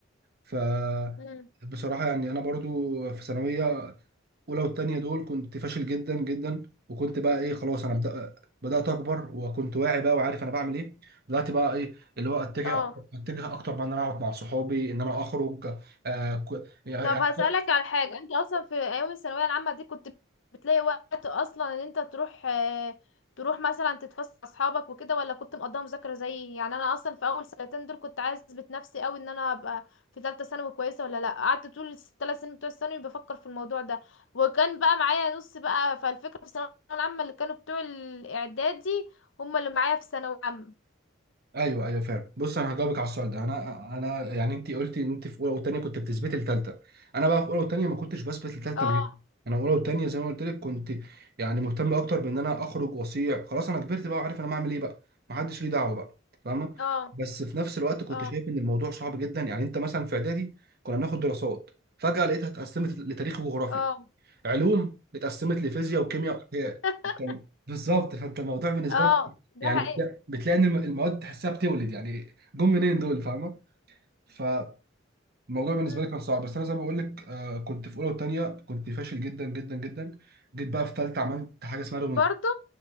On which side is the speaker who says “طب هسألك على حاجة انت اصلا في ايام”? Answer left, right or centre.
Left